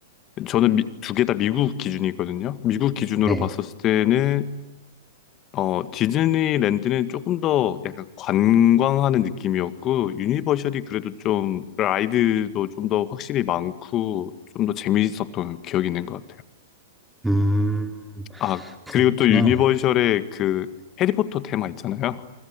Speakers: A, on the left; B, in the centre.
A: 저는 두 개 다 미국 기준이거든요. 미국 기준으로
B: 네.
A: 봤었을 때는, 어, 디즈니랜드는 조금 더 약간 관광하는 느낌이었고, 유니버셜이 그래도 좀 라이드도 좀 더 확실히 많고, 좀 더 재미있었던 기억이 있는 것 같아요.
B: 음,
A: 아,
B: 그렇구나.
A: 그리고 또 유니버셜의 그 해리포터 테마 있잖아요.